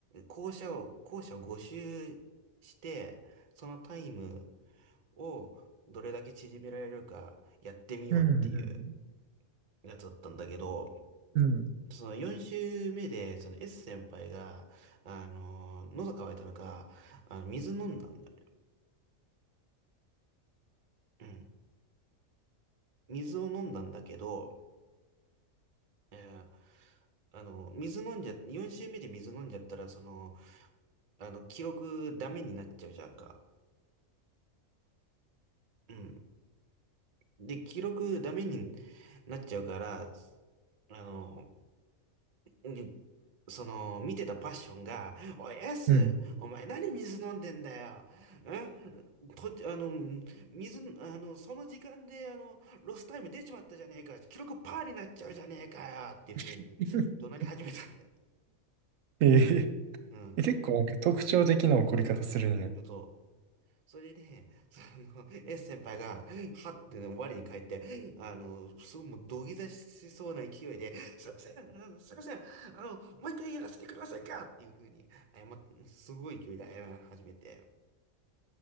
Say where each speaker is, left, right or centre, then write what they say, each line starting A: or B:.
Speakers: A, on the right; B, on the right.
A: 校舎を、校舎を5周して、そのタイムをどれだけ縮められるかやってみようっていう
B: うんうん。
A: やつだったんだけど、
B: うん
A: その4周目で、その S 先輩が、あの、喉乾いたのか、あの、水飲んだんだよね。水を飲んだんだけど、えーあの、水飲んじゃ、4周目で水飲んじゃったら、その、あの、記録ダメになっちゃうじゃんか。うん。で、記録ダメになっちゃうから、あの、にその、見てたパッションが、おい、エス、
B: うん。
A: お前何水飲んでんだよ。んと、あの、水、あの、その時間で、あの、ロスタイム出ちまったじゃねえか。記録パーになっちゃうじゃねえかよ。っていう風に怒鳴り始めたんだよね。
B: <laughs> ええ
A: うん。
B: え結構なんか特徴的な怒り方するんや。
A: そう。それで、<laughs> その、S 先輩が、はっての我に返って、あの、すごいもう土下座しそうな勢いで、すいません、あのすいません、あの、もう一回やらせてくれませんかっていう風に謝っ、すごい勢いで謝り始めて。